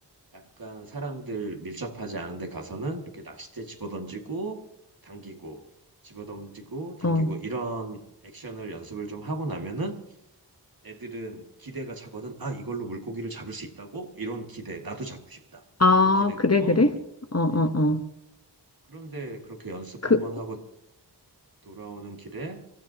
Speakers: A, on the right; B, on the left.
A: 약간 사람들 밀접하지 않은 데 가서는 이렇게 낚싯대 집어던지고 당기고 집어던지고 당기고
B: 어.
A: 이런 액션을 연습을 좀 하고 나면은 애들은 기대가 차거든. 아, 이걸로 물고기를 잡을 수 있다고? 이런 기대. 나도 잡고 싶다.
B: 아,
A: 이런 기대.
B: 그래,
A: 음,
B: 그래? 어, 어,
A: 음.
B: 어.
A: 그런데 그렇게 연습
B: 그,
A: 한번 하고 돌아오는 길에